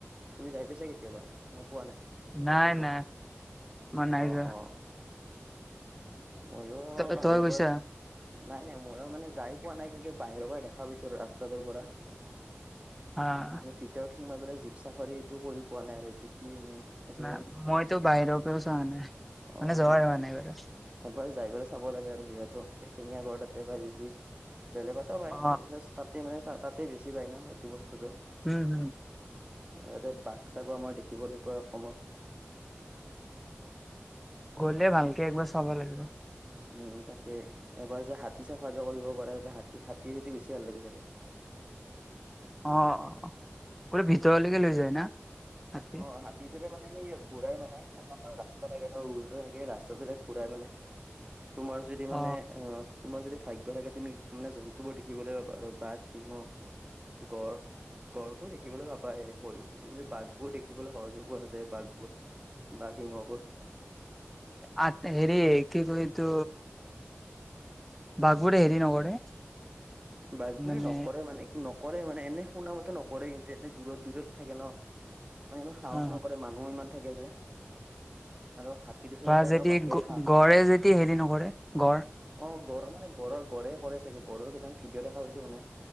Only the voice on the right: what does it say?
তুমি যাই পাইছা কেতিয়াবা নে পোৱা নাই?
কাজিৰঙা
অ'
অ'। মইও
বাহিৰৰ
পৰা, নাই নাই মইও মানে যাই পোৱা নাই কিন্তু বাহিৰৰ পৰা দেখা পাইছো আৰু ৰাস্তাটোৰ পৰা।
মানে ভিতৰত সোমাই পেলাই জীপ চাফাৰী সেইটো কৰি পোৱা নাই আৰু এইটো কি এনে সেইটো
অ
হ
এবাৰ যাই পেলাই চাব লাগে আৰু যিহেতু এশিঙীয়া গড় তাতে পাই বেছি। বেলেগতো পায়
তাতেই মানে চা তাতেই বেছি পায় ন সেইটো বস্তুতটো।
আৰু ইতে বাঘ-চাঘো আমাৰ দেখিবলৈ পোৱা অসমৰ।
উম তাকে এবাৰ যে হাতী ছাফাৰীও কৰিব পাৰে তাতে হাতী হাতীৰ টো বেছি ভাল লাগে চাগে।
অ' হাতীটোৰে মানে সেয়ে ঘূৰাই মানে এটা আমাৰ ৰাস্তা থাকে ন ৰোডৰ সেই ৰাস্তাটোৰে ঘূৰাই মানে। তোমাৰ যদি
মানে অ' তোমাৰ যদি ভাগ্য থাগে তুমি মানে জন্তুবোৰ দেখিবলৈ পাবা আৰু বাঘ, সিংহ গঁড়, গড়টো দেখিবলৈ পাবাই হৰিণ জনি বাঘ বোৰ দেখিবলৈ সহজ পোৱা নাযায়। বাঘবোৰ বাঘ, সিংহ বোৰ।
বাঘবোৰে
নকৰে মানে, ন কৰে মানে, এনে শুনা মতে নকৰে কিন্তু, এনে দূৰত, দূৰত থাকে ন'। মানে ইমান সাহস
নকৰে মানুহো ইমান থাকে যে। আৰু হাতীৰ ওচৰতে
এনে বাকে
খাঁ।
অ' গড়ৰ মানে গড়ে কৰে চাগে গড়ৰ কেইটান ভিডিঅ' দেখা পাইছো সেই দিনা মানে